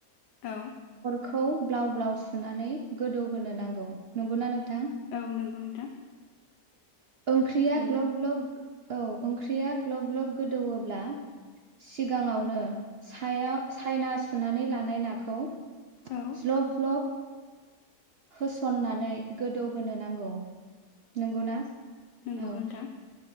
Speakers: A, on the left; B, on the right.
A: औ
B: खौ ब्लाव ब्लाव सुनानै गोदौ होनो नांगौ नंगौना नोंथां।
A: औ नंगौ नोंथां
B: ओंख्रिया
A: नंगौ
B: ग्लब ग्लब औ ओंख्रिया ग्लब ग्लब गोदौब्ला सिगाङावनो सायाव सायना सुनानै लानाय नाखौ औ
A: औ
B: ज्लब ज्लब होसननानै गोदौहोनो नांगौ नंगौ ना
A: नंगौ
B: औ
A: नोंथां